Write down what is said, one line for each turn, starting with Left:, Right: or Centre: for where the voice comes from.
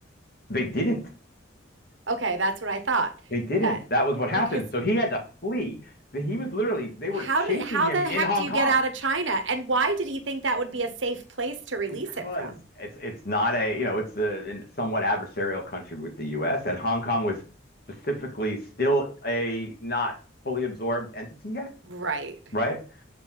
Left: They didn't.
Right: Okay, that's what I thought.
Left: They didn't.
Right: That
Left: That was what happened.
Right: because
Left: So he had to flee. He was literally they were
Right: how
Left: chasing
Right: did how
Left: him
Right: the
Left: in
Right: heck
Left: Hong
Right: do you
Left: Kong.
Right: get out of China? And why did he think that would be a safe place to release
Left: because
Right: it from?
Left: it's it's not a you know it's a somewhat adversarial country with the U.S. and Hong Kong was specifically still a not fully absorbed entity yet,
Right: Right.
Left: right?